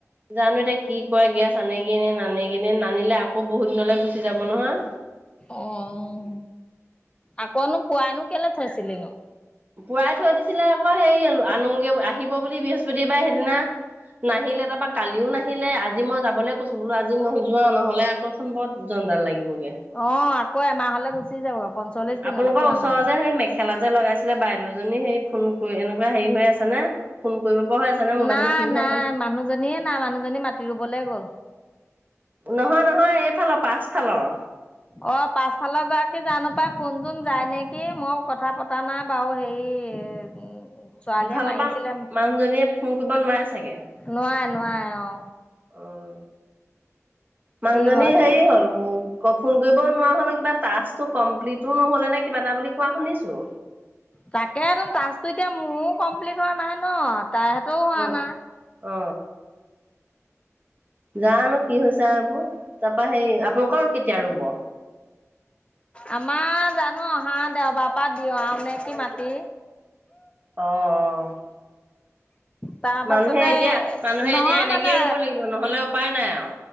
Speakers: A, on the right; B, on the left.
A: জানো এতিয়া কি গেছ আনগে নে নানেগে নানিলে আক আকৌ বহুত দিনলে গুচি যাব নহয়।
B: অ', আকৌনো পোৱানো কেলে থৈছিলি নো?
A: পুৱাই থৈ দিছিলে আকৌ হেই আনংগে আহিব বুলি বৃহস্পতিবাৰে সেইদিনা। নাহিলে তাৰপা কালিও নাহিলে আজি মই যাবলৈ কৈছো বোলো আজি নোযোৱা নহ'লে আকৌ বৰ জন জনজাল লাগিবই।
B: অৱ আকৌ এমাহ হ'লে গুচি যাব পঞ্চল্লিশ
A: উম
B: দিনলৈ
A: আপোনালোকৰ
B: আকৌ
A: ওচৰ
B: এমাহলে।
A: যে সেই মেখেলা যে লগাইছে। আছিলে বাইদেউজনী হে ফোন কৰি এনেকুৱা হেৰি হৈ আছে না ফোন কৰিব পৰা হৈ আছে নে মোবাইলটো
B: না
A: ঠিক হৈ
B: না
A: আছে নে?
B: মানুহজনীয়ে নাই মানুহজনী মাতি ৰুবলৈ গ'ল।
A: নহয় নহয় এইফালৰ পাচফালৰ।
B: অ পাছফালৰ গৰাকী জানো পাই ফোনচোন যায় নেকি, মোও কথা পতা নাই বাৰু হেৰি উম, ছোৱালীয়ে
A: সিফালৰ
B: মাৰিছিলে
A: পৰা মানুহজনীয়ে ফোন কৰিব নোৱাৰে চাগে।
B: নোৱাৰে নোৱাৰে অৱ।
A: অৱ, মানুহজনীৰ
B: কি হয় ক'ব
A: হেৰি
B: নোৱাৰো।
A: হ'ল ক ফোন কৰিব নোৱাৰা হ'ল কিবা ট্ৰাকটৈ কমপ্লিটো নহ'লে নে কিবা এটা বুলি কোৱা শুনিছো।
B: তাকেটো ট্ৰাচ্ছটো এতিয়া মোৰো কমপ্লিট হোৱা নাই ন তাহতেও হোৱা
A: অ
B: না।
A: অ। জানো কি হৈছে আক, তাৰপা সেই আপোনালোকৰ কেতিয়া ৰুব?
B: আমাৰ জানো অহা দেওবাৰ পৰাা দিয়াও নেকি মাটি।
A: অ, অ।
B: তাৰ
A: মানুহে
B: পাছতে
A: এতিয়া মানুহে
B: নহয়
A: এতিয়া এনেকেই
B: মানে,
A: ৰুব লাগিব নহলে উপায় নাই আৰু।